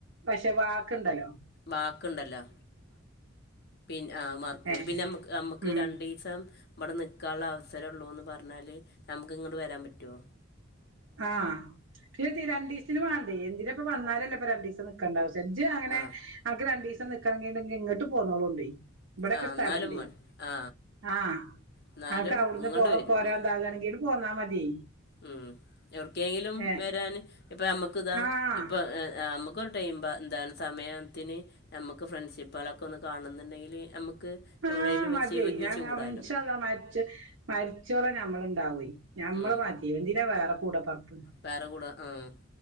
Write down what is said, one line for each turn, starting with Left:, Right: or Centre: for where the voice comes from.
Right: പക്ഷെ വാാക്കണ്ടല്ലോ
Left: ബാാക്കുണ്ടല്ലോ പിന്ന ആ മറ ന
Right: ഏ
Left: ഒരു പിന്നെ നമുക്ക്
Right: ഉം
Left: രണ്ടീസം ഇവിടെ നിക്കാനുള്ള അവസരംള്ളൂന്ന് പറഞ്ഞാല് നമുക്ക് ഇങ്ങട്ട് വരാൻ പറ്റൊ
Right: ആഹ് പിന്നെ രണ്ടീസത്തിന് വേണ്ടേ എന്തിനപ്പ വന്നാലല്ലോ ഇപ്പൊ രണ്ട ണ്ടാവെജ് അങ്ങനെ
Left: ആ
Right: ആക്ക് രണ്ടു ദിവസം നക്കണമെെങ്ക ഇങ്ങോട്ട് പോന്നോളോണ്ടേ ഇവിടെൊക്കെ
Left: ആ
Right: സ്ഥലംണ്ടേയ്
Left: എന്നാലും വേണം ആ
Right: ആഹ്
Left: എന്നാലും
Right: അക്കെ അവിടുന്ന്
Left: ഇങ്ങോട്ട്
Right: പോ
Left: വരില്ല
Right: പോരാതാകയാണെങ്കിലും പോന്ന മതി.
Left: ഉം എർക്കെങ്കിലും
Right: ഏ
Left: വരാൻ ഇപ്പോ. നമ്മുക്ക് ഇതാ
Right: ആഹ്
Left: ഇപ്പോ നമുക്ക് ടൈ എന്താണ് സമയത്തിന് നമുക്ക് ഫ്രണ്ട്ഷിപ്പുകളൊക്കെ ഒന്ന് കാണുന്നുണ്ടെങ്കിൽ നമുക്ക്
Right: ആഹ്
Left: എവിടെയെങ്കിലും
Right: മതിയെ
Left: വെച്ച് ഒരുമിച്ച്
Right: ഞാൻ
Left: കൂടാമല്ലോ
Right: ഇൻഷാ അള്ളാ. മരിച്ചോള നമ്മൾ ഉണ്ടാവയി ഞമ്മള്
Left: ഉം
Right: ന്തിനെ വേറെ കൂടെപ്പറപ്പു
Left: വേറെ കൂട ആഹ്